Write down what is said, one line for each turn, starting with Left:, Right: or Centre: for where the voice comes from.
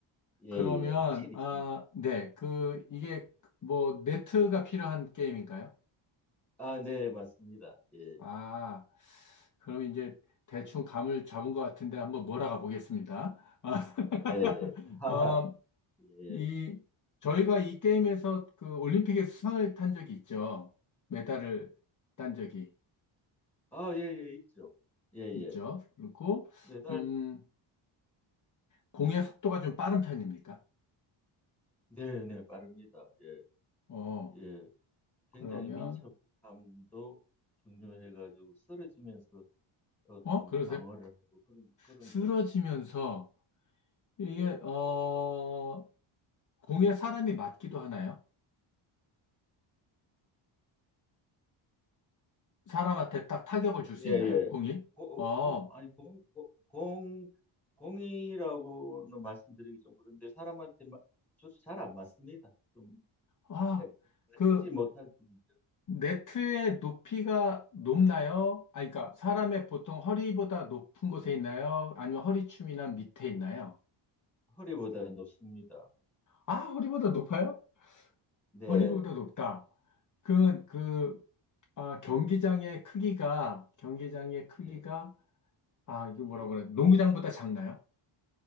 Centre: 예,
Left: 그러면
Centre: 예, 확실히
Left: 아,
Centre: 있습니다.
Left: 네. 그 이게 뭐 네트가 필요한 게임인가요?
Centre: 아, 네, 맞습니다. 예,
Left: 아, 그럼 이제 대충 감을 잡은 것 같은데 한번 몰아가 보겠습니다.
Centre: 음,
Left: <laughs>
Centre: 예, 예. 하하,
Left: 아, 어,
Centre: 예.
Left: 이,
Centre: 예.
Left: 저희가 이 게임에서 그 올림픽에서 수상을 탄 적이 있죠. 메달을 딴 적이
Centre: 아, 예, 예, 있죠. 예,
Left: 있죠.
Centre: 예.
Left: 그리고,
Centre: 매달,
Left: 음, 공의 속도가 좀 빠른 편입니까?
Centre: 네, 네, 빠릅니다. 예,
Left: 어,
Centre: 예.
Left: 그러면,
Centre: 굉장히 민첩함도 중요해가지고 쓰러지면서 어떤
Left: 어, 그러세요?
Centre: 방어를 하고 그런 그런
Left: 쓰러지면서
Centre: 경우도
Left: 이게,
Centre: 예,
Left: 어, 공에 사람이 맞기도 하나요? 사람한테 딱 타격을 줄 수
Centre: 예,
Left: 있나요?
Centre: 예.
Left: 공이?
Centre: 공
Left: 어,
Centre: 아니 공, 고- 공, 공이라고는 말씀드리기 좀 그런데 사람한테 잘 안 맞습니다. 좀
Left: 아,
Centre: 예, 맞추지
Left: 그
Centre: 못할 뿐이죠.
Left: 네트의 높이가 높나요? 아, 그러니까 사람의 보통 허리보다 높은 곳에 있나요? 아니면 허리춤이나 밑에 있나요?
Centre: 허리보다 높습니다.
Left: 아, 허리보다 높아요?
Centre: 네,
Left: 허리보다 높다. 그, 그, 아, 경기장의 크기가, 경기장의 크기가,
Centre: 네,
Left: 아, 이거
Centre: 예.
Left: 뭐라 그래? 농구장보다 작나요?